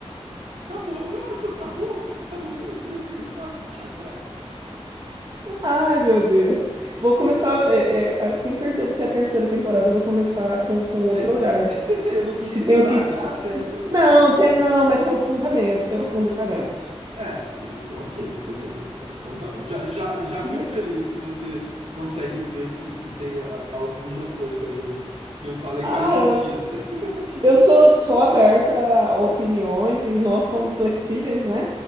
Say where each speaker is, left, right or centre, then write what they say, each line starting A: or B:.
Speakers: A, on the right; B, on the right.
A: Acabou, eu, tu acabou, acabou, putz, eu ia começar a assistir agora.
B: Ai, meu Deus. Vou começar. é, é, a- tenho certeza que a terceira temporada eu vou começar com, com outro
A: É,
B: olhar.
A: <laughs> eu não queria
B: Que
A: estragar
B: tem o que.
A: a série pra você.
B: Não, tem não, mas tem um fundamento, tem um fundamento.
A: É, hum, ok, beleza. Então, então tá bom. Já, já, já fico
B: <laughs>
A: feliz que você consegue ver que, que tem a- alguma coisa aí que eu falei
B: Ah,
A: que faz sentido.
B: eu,
A: <laughs>
B: eu sou, sou aberta a opiniões e nós somos flexíveis, né?